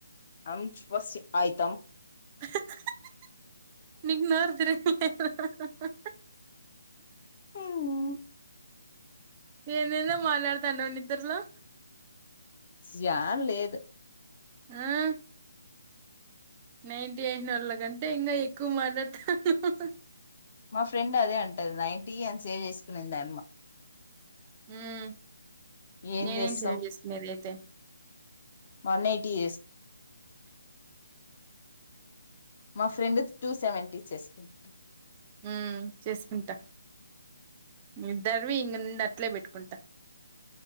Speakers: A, on the left; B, on the right.
A: అం వస్ ఆయితాం
B: <unintelligible>
A: అమ్
B: ఎందేందో మాట్లాడతండావ్ నిద్రుట్లో ని ఇద్ద్రలా
A: వాన్లేదు
B: ఆ నైన్టీ రాసినోళ్లకంటే వాళ్ళ కంటే ఇంకా ఎక్కువ మాట్లాడుతా
A: మా ఫ్రెండ్ అదే అంటది నైటీ అని సేవ్ చేసుకునే ద అమ్మ
B: మ్
A: ఏం
B: నేనేం
A: చేస్తాం
B: చేసుకునేదియితే
A: వన్ ఎయిటీ ఎస్ మా ఫ్రెండ్ టూ సెవెంటీ చేస్తుంటారు
B: మ్ చేసుకుంటా ఇద్దర్వీ ఇంగ నుండి అట్లేబట్కుంటా